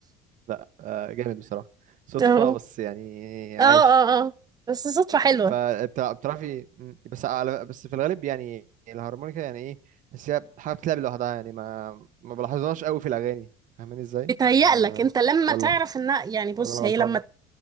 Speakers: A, on the right; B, on the right.
A: لا آه، جامد بصراحة صدفة
B: اه
A: بس يعني
B: اه
A: عاش
B: اه اه بس صدفة حلوة
A: فبتعرفي بس على بس في الغالب يعني الهارمونيكا يعني ايه بس هي حاجه بتلعب لوحدها يعني ما ما بلاحظهاش قوي في الاغاني فاهماني ازاي
B: بتهيألك
A: ما
B: انت لما
A: ولا
B: تعرف انها يعني
A: ولا
B: بص
A: انا غلطان
B: هي لما